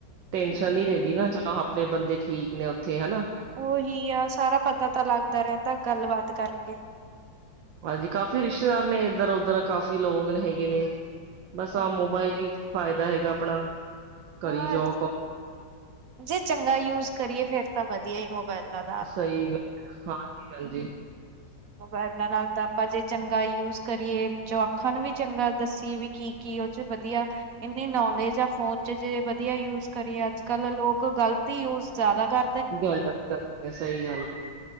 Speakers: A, on the right; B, on the right.
A: ਟੈਨਸ਼ਨ ਨੀ ਰਹਿੰਦੀ ਨਾ ਚਲੋ ਆਪਣੇ ਬੰਦੇ ਠੀਕ ਨੇ। ਉੱਥੇ ਹਨਾ
B: ਉਹੀ ਆ ਸਾਰਾ ਪਤਾ ਤਾਂ ਲੱਗਦਾ ਰਹਿੰਦਾ ਗੱਲਬਾਤ ਕਰਕੇ
A: ਹਾਂਜੀ ਕਾਫ਼ੀ ਰਿਸ਼ਤੇਦਾਰ ਨੇ ਇੱਧਰ ਉੱਧਰ ਕਾਫੀ ਲੋਕ ਹੈਗੇ ਨੇ। ਬਸ
B: ਹਾਂਜੀ
A: ਆ ਮੋਬਾਇਲ ਲਈ ਕੀ ਫ਼ਾਇਦਾ ਹੈਗਾ ਆਪਣਾ ਕਰੀ
B: ਹਾਂ
A: ਜਾਓ, ਕੋ
B: ਜੇ ਚੰਗਾ ਯੂਜ ਕਰੀਏ ਫੇਰ ਤਾਂ ਵਧੀਆ ਹੀ ਮੋਬਾਇਲ ਨਾਲ
A: ਸਹੀ ਗੱਲ ਹੈ ਹਾਂਜੀ ਹਾਂਜੀ।
B: ਮੋਬਾਇਲਾਂ ਨਾਲ ਤਾਂ ਆਪਾਂ ਜੇ ਚੰਗਾ ਯੂਜ ਕਰੀਏ ਜੋ ਅੱਖਾਂ ਨੂੰ ਵੀ ਚੰਗਾ ਦੱਸੀਏ ਵੀ ਕੀ ਕੀ ਉਹ ਚ ਵਧੀਆ ਇੰਨੀ ਨੌਲੇਜ ਆ। ਫੋਨ ਚ ਜੇ ਵਧੀਆ ਯੂਜ ਕਰੀਏ ਅੱਜ ਕੱਲ੍ਹ ਲੋਕ ਗ਼ਲਤ ਹੀ ਯੂਜ ਜ਼ਿਆਦਾ ਕਰ
A: ਗਲਤ ਕਰ ਸਹੀ ਗੱਲ ਹੈ